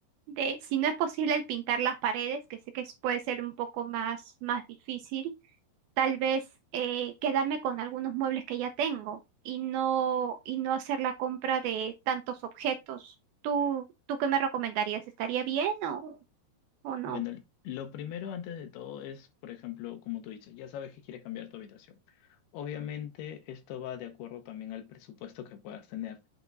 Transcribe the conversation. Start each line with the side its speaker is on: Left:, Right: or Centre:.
Right: de, si no es posible el pintar las paredes, que sé que es- puede ser un poco más, más difícil, tal vez eh, quedarme con algunos muebles que ya tengo y no, y no hacer la compra de tantos objetos. ¿Tú, tú qué me recomendarías? ¿Estaría bien o, o no?
Left: Bueno, lo primero antes de todo es, por ejemplo, como tú dices, ya sabes que quieres cambiar tu habitación. Obviamente, esto va de acuerdo también al presupuesto que puedas tener.